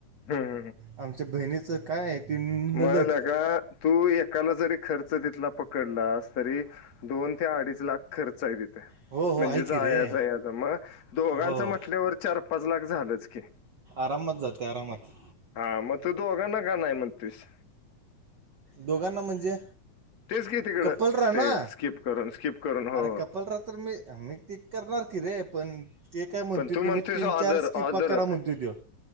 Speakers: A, on the left; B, on the right.
A: हम्म
B: आमच्या बहिणीचं काय आहे ती नलद
A: म लका तू एकाला जरी खर्च तिथला पकडलास तरी दोन ते अडीच लाख खर्च आहे ति त
B: हो हो
A: म्हणजे
B: आहे की
A: जायचा
B: रे
A: याचा म दोघांचं
B: हो
A: म्हटल्यावर चार पाच लाख झालंच की.
B: आरामात जाते आरामात.
A: हा म तू दोघांना का नाही म्हणतोयस?
B: दोघांना म्हणजे?
A: तेच की तिकडं
B: कपलरा
A: ते
B: ना
A: स्किप करून, स्किप करून हो.
B: अरे
A: हो.
B: कपलरा तर मी मी ते करणार की रे पण ते काय म्हणते
A: पण तू म्हणतोयस
B: तुम्ही तीन
A: ऑदर,
B: चार स्किपा
A: ऑदर
B: करा
A: हां,
B: म्हणते त्यो.